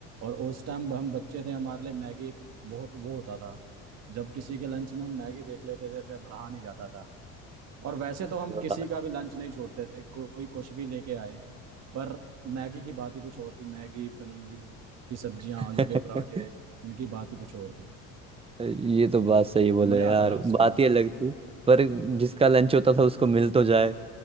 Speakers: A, on the right; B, on the right.
A: और उस टाइम हम बच्चे थे हमारे लिए मैगी एक बहुत वो होता था जब किसी के लंच में हम मैगी देख लेते थे फिर रहा नहीं जाता था और वैसे तो हम किसी
B: था
A: का भी लंच नहीं छोड़ते थे कोई कुछ भी लेके आए पर मैगी की बात ही कुछ और थी मैगी पनीर की सब्जियां
B: <laughs>
A: आलू के पराठे इनकी बात ही कुछ और थी
B: ये तो बात सही बोले
A: मजा
B: यार
A: आता था उस
B: बात
A: टाइम
B: ही अलग थी पर जिसका लंच होता था उसको मिल तो जाए